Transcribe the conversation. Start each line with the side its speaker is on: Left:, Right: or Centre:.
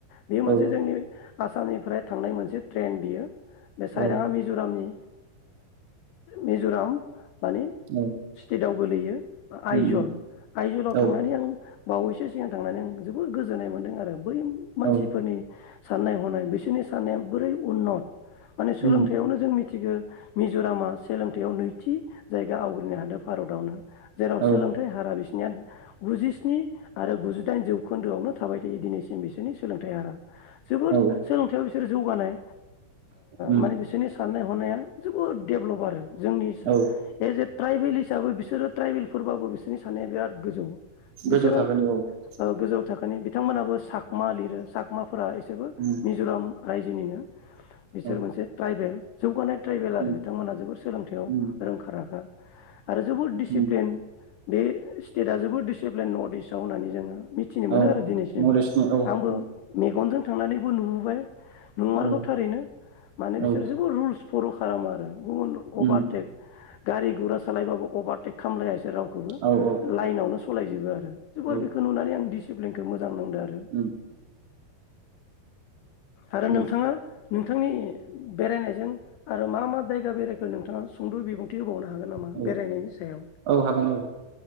Left: बेयो मोनसे
Right: औ
Left: जोंनि आसामनिफ्राय थांनाय मोनसे ट्रेन बियो बे साइराङा
Right: औ
Left: मिज'रामनि मिज'राम माने
Right: उम
Left: स्टेटाव गोलैयो आइजल
Right: उम
Left: आइजलाव
Right: औ
Left: थांनानै आं बावैसो सिगां थांनानै आं जोबोर गोजोन्नाय मोनदों आरो बै मानसिफोरनि
Right: औ
Left: साननाय हनाय बिसोरनि साननाया बोरै उननत माने सोलोंथाइयावनो
Right: उम
Left: जों मिथि गो मिज'रामा सोलोंथायाइयाव नैथि जायगा आवग्रिनो हादों भारतावनो जेराव
Right: औ
Left: सोलोंथाइ हारा बिसिना गुजिस्नि आरो गुजिदाइन जौखोन्दोआवनो थाबाय थायो दिनैसिम बिसोरनि सोलोंथाइ हारआ जोबोर
Right: औ
Left: सोलोंथायाव बिसोर जौगानाय
Right: उम
Left: माने बिसोरनि साननाय हनाया जोबोद देडेभेलप आरो जोंनि ए
Right: औ
Left: जे ट्राइबेल हिसाबै बिसोरो ट्राइबेलफोरबाबो बिसोरनि साननाया बिराद गोजौ
Right: गोजौ
Left: बिसोरो
Right: थाखोनि औ उम
Left: गोजौ थाखोनि बिथांमोनाबो साकमा लिरो साकमाफोरा एसोबो
Right: उम,
Left: मिज'राम रायजोनिनो। बिसोर
Right: औ
Left: मोनसे ट्राइबेल जौगानाय ट्राइबेल आरो
Right: उम,
Left: बिथांमोनहा जोबोर सोलोंथायाव
Right: उम,
Left: आगा आरो जोबोद दिसिप्लेन
Right: उम,
Left: बे स्टेटा जोबोद दिसिप्लेन नर्थ इस्टआव होननानै जोङो। मिथिनो मोनो
Right: औ
Left: आरो दिनैसिम
Right: नलेजनि औ
Left: आंबो
Right: उम,
Left: मेगनजों। थांनानैबो नुबोबाय नंमारगौ
Right: औ
Left: थारैनो माने बिसोर
Right: औ
Left: जोबोर रुल्स फल' खालामो आरो। गुबुन अभारटेक
Right: उम,
Left: गारि गुरा सालायबाबो अभार टेक खालामलायासै रावखौबो
Right: औ औ
Left: लाइनावनो सलायजोबो आरो। जोबोर
Right: औ
Left: बेखौ नुनानै आं दिस सिबलिंग खो मो मोजां नांदो आरो।
Right: उम,
Left: आरो
Right: उम,
Left: नोंथाङा? नोंथांनि बेरायनायजों आरो मा मा जायगा बेेराय खो नोंथाङा फुंद' बिबुं थि होबावनो हागोन नामा
Right: औ
Left: बेरायनायनि सायाव
Right: औ हागोन औ